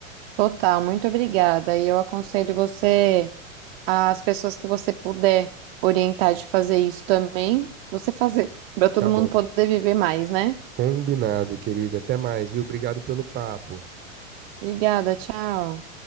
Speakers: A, on the right; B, on the right.
A: Total, muito obrigada. E eu aconselho você, as pessoas que você puder orientar de fazer isso também, você fazer, para todo
B: Tá
A: mundo
B: bom.
A: poder viver mais, né?
B: Combinado, querida. Até mais, viu? Obrigado pelo papo.
A: Obrigada, tchau.